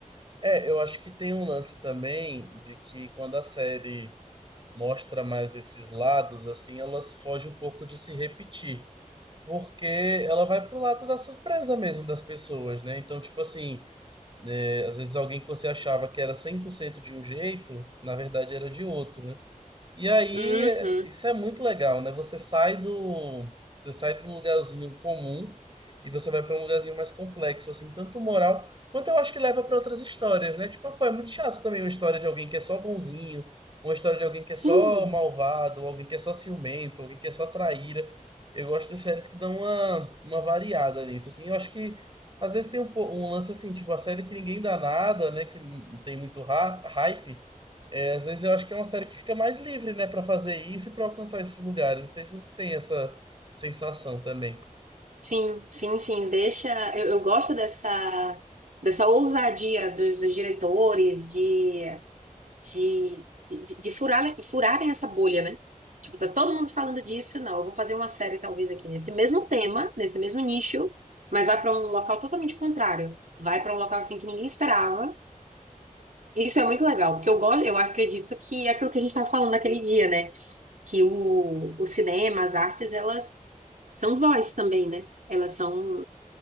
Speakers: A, on the right; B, on the right.
A: É, eu acho que tem um lance também de que quando a série mostra mais esses lados, assim, elas fogem um pouco de se repetir. Porque ela vai pro lado da surpresa mesmo das pessoas, né? Então, tipo assim, né, às vezes alguém que você achava que era 100% de um jeito, na verdade era de outro, né? E aí,
B: Uhum.
A: é- isso é muito legal, né? Você sai do, você sai do lugarzinho comum e você vai para um lugarzinho mais complexo, assim, tanto moral quanto eu acho que leva para outras histórias, né? Tipo, ah, pô, é muito chato também uma história de alguém que é só bonzinho, uma história de alguém que é
B: Sim,
A: só malvado, alguém que é só ciumento, alguém que é só traíra. Eu gosto de séries que dão uma, uma variada nisso, assim. Eu acho que às vezes tem um, po- um lance assim, tipo, a série que ninguém dá nada, né? Que não tem muito ra- hype. É, às vezes eu acho que é uma série que fica mais livre, né, Pra fazer isso e pra alcançar esses lugares. Não sei se você tem essa sensação também.
B: sim, sim, sim. Deixa. Eu, eu gosto dessa, dessa ousadia dos, dos diretores, de de, de, de- de furar, furarem essa bolha, né? Tipo, tá todo mundo falando disso, não, eu vou fazer uma série talvez aqui nesse mesmo tema, nesse mesmo nicho, mas vai para um local totalmente contrário. Vai para um local assim que ninguém esperava. Isso é muito legal, porque eu gosto, eu acredito que é aquilo que a gente estava falando naquele dia, né? Que o, o cinema, as artes, elas são voz também, né? Elas são,